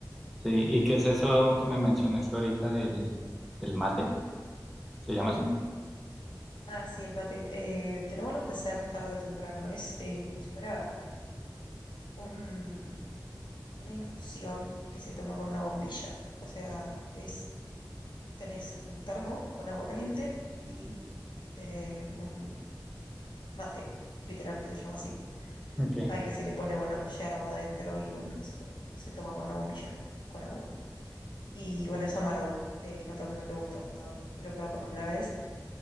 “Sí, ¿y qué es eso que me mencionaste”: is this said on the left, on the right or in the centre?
Centre